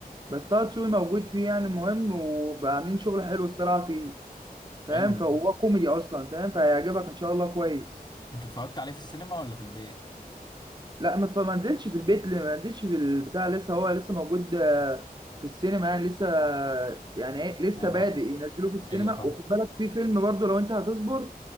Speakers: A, on the right; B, on the left.
A: بس طه دسوقي موجود فيه يعني مهم وبقى عاملين شغل حلو الصراحة فيه فاهم
B: حلو ده.
A: فهو كوميدي اصلا فاهم فهيعجبك ان شاء الله كويس
B: أنت اتفرجت عليه في السينما ولا في البيت؟
A: لا ما تف- ما نزلش في البيت ما نزلش في البتاع لسه هو لسه موجود آه، في السينما يعني لسه يعني ايه لسه
B: آه
A: بادئ ينزلوه في السينما
B: أيوه فاهم
A: وخد بالك في فيلم برضو لو انت هتصبر